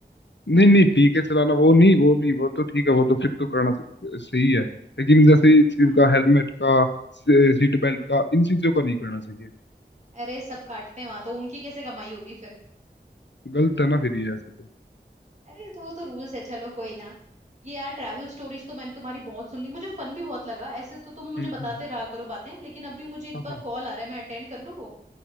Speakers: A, on the left; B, on the right.
A: नहीं नहीं ठीक है चलाना वो नहीं वो नहीं वो तो ठीक है वो तो फिर तो करना स- सही है लेकिन जैसे इस चीज
B: हाँ
A: का हेलमेट का सीट बेल्ट का इन चीजों का नहीं करना चाहिए
B: अरे सब काटते हैं वहां तो उनकी कैसे कमाई होगी फिर
A: गलत है ना फिर ये ऐसे तो
B: अरे तो वो तो रूल्स है चलो कोई ना ये यार ट्रैवल स्टोरीज तो मैंने तुम्हारी बहुत सुन ली मुझे फन भी बहुत लगा ऐसे तो तुम मुझे
A: हम्म
B: बताते
A: हम्म हम्म,
B: रहा करो बातें लेकिन अभी मुझे एक
A: हाँ
B: बार
A: हाँ
B: कॉल आ रहा है मैं अटेंड कर लूँ वो